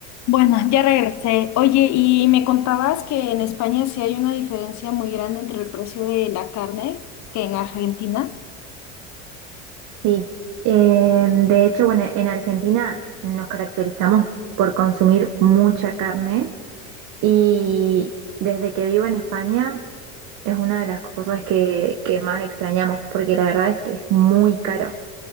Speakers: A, on the left; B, on the right.
A: Bueno, ya regresé. Oye, y me contabas que en España sí hay una diferencia muy grande entre el precio de la carne que en Argentina.
B: Sí, Eh, de hecho, bueno, en Argentina nos caracterizamos por consumir mucha carne y desde que vivo en España es una de las cosas que, que más extrañamos porque la verdad es que es muy caro.